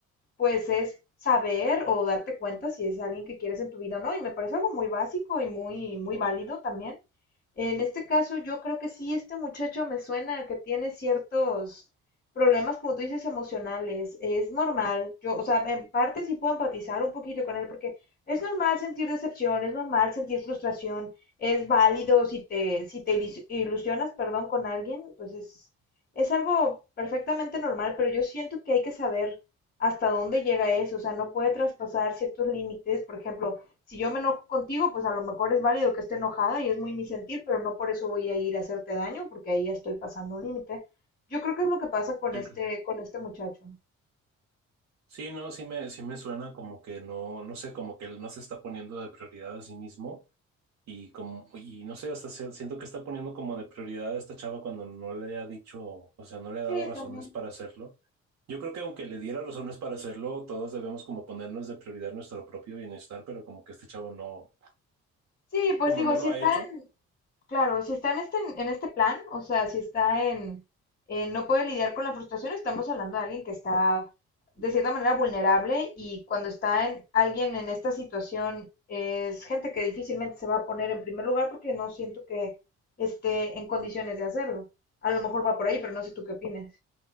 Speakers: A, on the left; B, on the right.
A: pues es saber o darte cuenta si es alguien que quieres en tu vida o no. Y me parece algo muy básico y muy, muy válido también. En este caso, yo creo que sí, este muchacho me suena a que tiene ciertos problemas, como tú dices, emocionales. Es normal. Yo, o sea, en parte sí puedo empatizar un poquito con él porque es normal sentir decepción, es normal sentir frustración, es válido si te, si te ilus- ilusionas, perdón, con alguien, pues es, es algo perfectamente normal, pero yo siento que hay que saber hasta dónde llega eso, o sea, no puede traspasar ciertos límites, por ejemplo, si yo me enojo contigo, pues a lo mejor es válido que esté enojada y es muy mi sentir, pero no por eso voy a ir a hacerte daño, porque ahí ya estoy pasando un límite. Yo creo que es lo que pasa con
B: Sí,
A: este,
B: claro.
A: con este muchacho.
B: Sí, no, sí me, sí me suena como que no, no sé, como que él no se está poniendo de prioridad a sí mismo Y, como, y no sé, hasta se- siento que está poniendo como de prioridad a esta chava cuando no le ha dicho, o sea, no le ha dado
A: Sí,
B: razones
A: también.
B: para hacerlo. Yo creo que aunque le diera razones para hacerlo, todos debemos como ponernos de prioridad nuestro propio bienestar, pero como que este chavo no,
A: Sí, pues
B: como
A: digo,
B: no
A: si
B: lo ha
A: está
B: hecho,
A: Claro, si está en este, en este plan, o sea, si está en, en no puede lidiar con la frustración, estamos hablando de alguien que está de cierta manera vulnerable y cuando está en alguien en esta situación es gente que difícilmente se va a poner en primer lugar porque no siento que esté en condiciones de hacerlo. A lo mejor va por ahí, pero no sé tú qué opinas.